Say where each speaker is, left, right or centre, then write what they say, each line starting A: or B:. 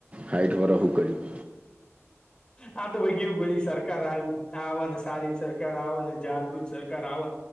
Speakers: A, on the right; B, on the left.
A: હાઈટવારા હું કર્યું.
B: આ તો ભાઈ કેવું સરકાર આવે ને સારી સરકાર આવે ને જાગૃત સરકાર. કરવા.